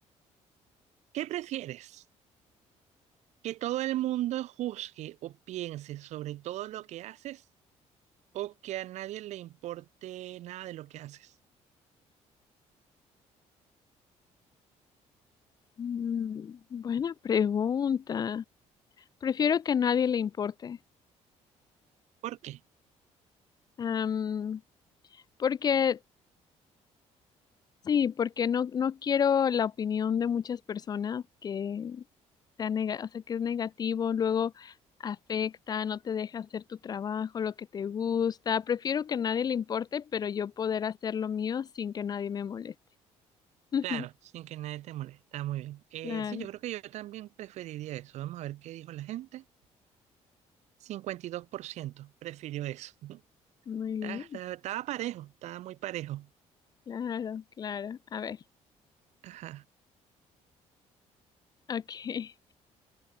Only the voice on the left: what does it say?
Mm, buena pregunta. Prefiero que a nadie le importe.
Am, porque, sí, porque no, no quiero la opinión de muchas personas que sea nega- o sea, que es negativo, luego afecta, no te deja hacer tu trabajo, lo que te gusta. Prefiero que a nadie le importe, pero yo poder hacer lo mío sin que nadie me moleste. <laughs>
Claro,
muy bien,
claro, claro. A ver,
ok.